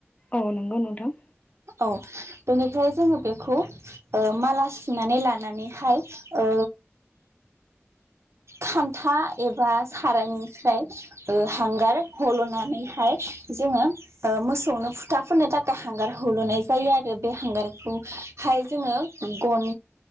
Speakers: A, on the left (about 30°); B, on the right (about 90°).
A: औ नंगौ नोंथां।
B: औ बेनिफ्राय जोङो बेखौ ओ माला सुनानै लानानैहाय ओ खान्था एबा सारायनिफ्राय ओ हांगार हल'नानैहाय जोङो ओ मोसौनो फुथाफोननो थाखाय हांगार ह ल'नाय जायो आरो बे हांगारखौहाय जोङो गन